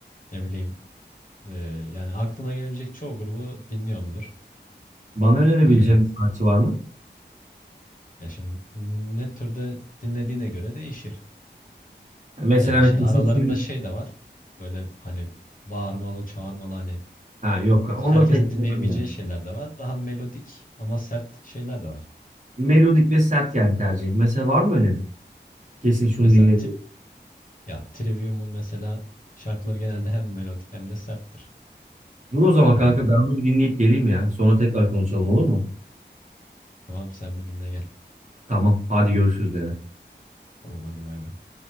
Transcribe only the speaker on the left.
ne bileyim. E, yani aklına gelebilecek çoğu grubu dinliyorumdur.
E,
ya şimdi ne türde dinlediğine göre değişir.
Yani
şimdi
aralarında
şey de var. Böyle hani bağırmalı, çağırmalı hani
herkesin
dinleyemeyeceği
şeyler de var. Daha melodik ama sert şeyler de var.
Mesela
tri ya Trivium'un mesela şarkıları genelde hem melodik hem de serttir.
Ee,
tamam sen bir dinle gel.
Tamam hadi bay bay.